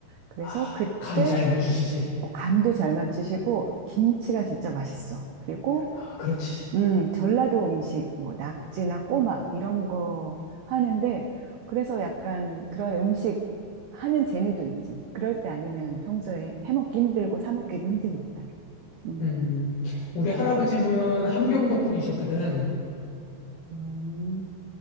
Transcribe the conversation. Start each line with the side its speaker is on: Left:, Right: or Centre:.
Right: 그래서
Left: 아,
Right: 그때
Left: 간 잘 맞추시지.
Right: 뭐 간도 잘 맞추시고 김치가 진짜 맛있어. 그리고
Left: 아, 그렇지.
Right: 음, 전라도 음식, 뭐, 낙지나 꼬막, 이런 거 하는데, 그래서 약간 그런 음식 하는 재미도 있지. 그럴 때 아니면 평소에 해먹기 힘들고 사먹기도 힘드니까. 음.
Left: 음. 우리 할아버지는 함경도 분이셨거든.
Right: 음,